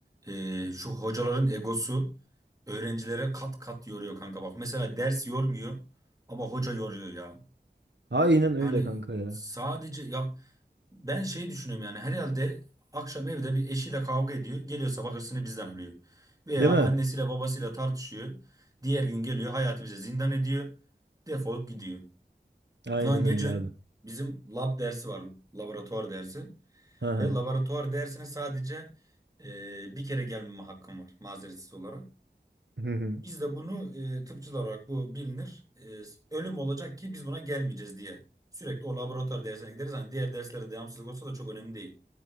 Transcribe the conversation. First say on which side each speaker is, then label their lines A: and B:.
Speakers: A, on the right; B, on the right.
A: e, şu hocaların egosu öğrencilere kat kat yoruyor kanka. Bak mesela ders yormuyor ama hoca yoruyor ya.
B: Aynen öyle
A: Yani
B: kanka ya.
A: sadece ya Ben şey düşünüyorum yani herhalde akşam evde bir eşiyle kavga ediyor. Geliyor sabah hırsını bizden alıyor. Veya
B: Değil
A: annesiyle
B: mi?
A: babasıyla tartışıyor. Diğer gün geliyor hayatı bize zindan ediyor. Defolup gidiyor.
B: Aynen
A: Lan geçen
B: öyle abi.
A: bizim lab dersi var. Laboratuvar dersi.
B: Hı hı.
A: Ve laboratuvar dersine sadece e, bir kere gelmeme hakkım var mazeretsiz olarak.
B: Hı hı.
A: Biz de bunu e, tıpçılar olarak bu bilinir. E, ölüm olacak ki biz buna gelmeyeceğiz diye. Sürekli o laboratuvar dersine gideriz. Hani diğer derslere devamsızlık olsa da çok önemli değil.